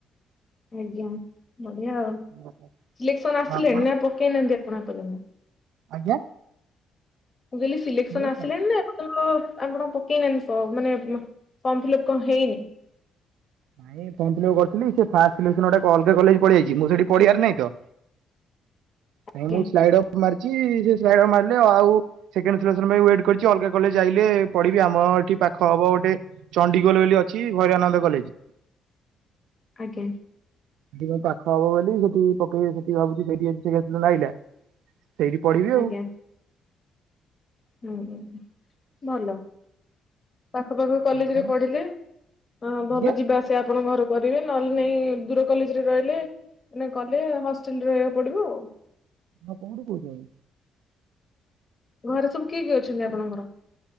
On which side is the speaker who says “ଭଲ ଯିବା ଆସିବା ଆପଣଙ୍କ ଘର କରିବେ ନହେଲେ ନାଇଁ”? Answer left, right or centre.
Left